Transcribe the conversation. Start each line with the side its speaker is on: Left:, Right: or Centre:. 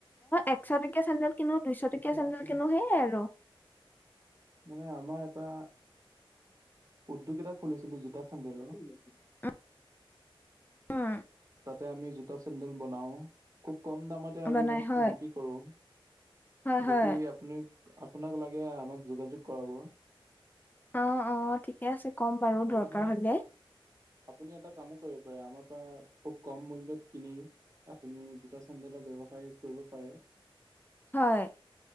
Left: একশ টকীয়া চেন্দেল কিনো দুইশ টকীয়া চেন্দেল কিনো সেয়ে আৰু।
Right: মানে আমাৰ এটা উদ্যোগ এটা খুলিছিলো জোতা চেন্দেলৰ।
Left: আঁহ উম।
Right: তাতে আমি জোতা চেন্দেল বনাও খোব কম দামত তে আমি
Left: বনাই
Right: মানে
Left: হয়
Right: বিক্ৰী কৰো।
Left: হয় হয়
Right: যদি আপুনি আপোনাক লাগে আমাক যোগাযোগ কৰাব।
Left: অঁ অঁ ঠিকে আছে ক'ম বাৰু
Right: আপুনি
Left: দৰকাৰ হলে।
Right: আপুনি এটা কামো কৰিব পাৰে, আমাৰ পৰা খুব কম মূল্যত কিনি আপুনি জোতা চেডেলৰ ব্যৱসায় কৰিব পাৰে।
Left: হয়।